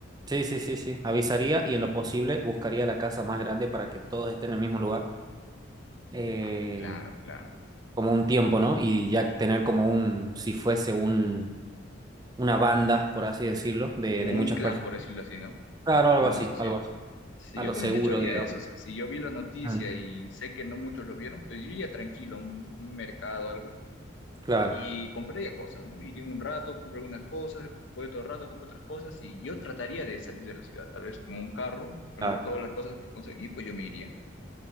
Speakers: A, on the right; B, on the left.
A: sí, sí, sí, sí, avisaría y en lo posible buscaría la casa más grande para que todos estén en el mismo lugar, eh,
B: Ah, claro, claro.
A: como un tiempo, ¿no? Y ya tener como un, si fuese un, una banda, por así decirlo, de,
B: Como
A: de
B: un
A: muchas
B: clan,
A: personas.
B: por decirlo así, ¿no?
A: Claro, algo
B: Como una
A: así,
B: sociedad.
A: algo así,
B: Sí,
A: a
B: yo
A: lo
B: también
A: seguro,
B: de hecho haría
A: digamos.
B: eso. O sea, si yo vi la noticia
A: Mm,
B: y sé que no muchos lo vieron, pues yo iría tranquilo a un, un mercado o algo
A: claro,
B: y compraría cosas, ¿no? Iría un rato, compro algunas cosas, voy otro rato, compro otras cosas y yo trataría de salir de la ciudad, tal vez con un carro, con
A: claro,
B: todas las cosas que conseguí, pues yo me iría.